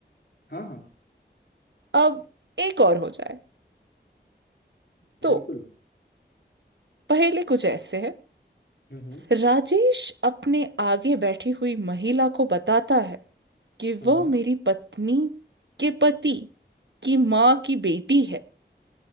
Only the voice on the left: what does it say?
हाँ हाँ
बिल्कुल
हम्म हम्म,
हाँ
हाँ